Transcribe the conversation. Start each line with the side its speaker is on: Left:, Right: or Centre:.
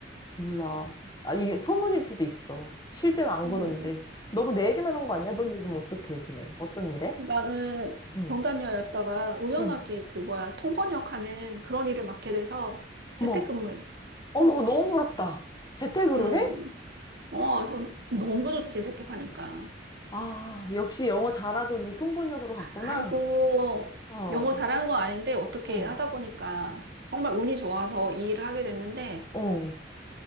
Left: 몰라. 아, 이게 소문일 수도 있어. 실제로 안
Right: 아,
Left: 그런데
Right: 진짜.
Left: 너무 내 얘기만 한 거 아니야? 넌 요즘 어떻게 지내? 어떤 일해?
Right: 나는
Left: 응,
Right: 병단녀였다가 우연하게
Left: 응.
Right: 그 뭐야, 통번역하는 그런 일을 맡게 돼서
Left: 어머,
Right: 재택근무해.
Left: 어머, 너무 부럽다. 재택으로
Right: 응.
Left: 해?
Right: 어, 전 너무 좋지, 재택하니까.
Left: 아, 역시 영어 잘하더니 통번역으로 갔구나.
Right: 아이고,
Left: 어,
Right: 영어 잘하는 건 아닌데 어떻게
Left: 어,
Right: 하다 보니까 정말 운이 좋아서 이 일을 하게 됐는데
Left: 어,